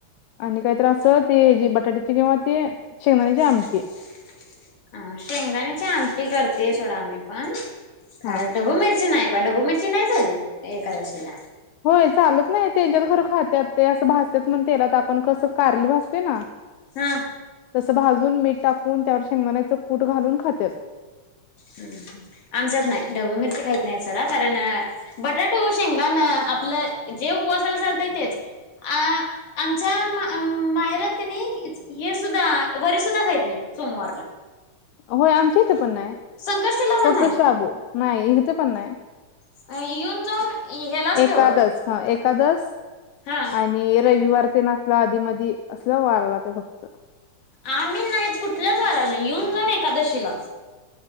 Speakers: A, on the left; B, on the left.
A: आणि काही तर अस ते जी बटाट्याची किंवा ते शेंगदाण्याची
B: ह
A: आमटी
B: अ शेंगदाण्याची आमटी करते सोडा आम्ही पण कार
A: हा
B: ढबू मिरची नाही बा ढबू मिरची नाही चालत एकादशीला
A: होय चालत नाही त्यांच्यात खर खात्यात ते असं भाजत्यात मण तेलात आपण कसं कारली भाजतोय ना
B: हा.
A: तसं भाजून मीठ टाकून त्यावर शेंगदाण्याचं कूट घालून खात्यात
B: हम् आमच्यात नाही ढबू मिरची खाईत नाही सोडा कारण बटाटू, शेंगदान आपलं जे उपवासायला चालतय तेच अ आमच्या मा माहेरात कनी हे सुद्धा वरी सुुद्धा खाहीत नाही सोमवारला
A: होय आमच्या इथे पण नाही
B: संकष्टीला
A: फक्त
B: पण
A: शाबू नाही इथे पण नाही.
B: नाही येऊन जाऊन ह्यालाच
A: एकादस
B: तेवढं
A: हा एकादस
B: हा
A: आणि रविवार ते नसला आधी मधी असलं वाराला ते फक्त
B: आम्ही नाहीच कुठल्याच वरायला नाही येऊन जावून एकादशीला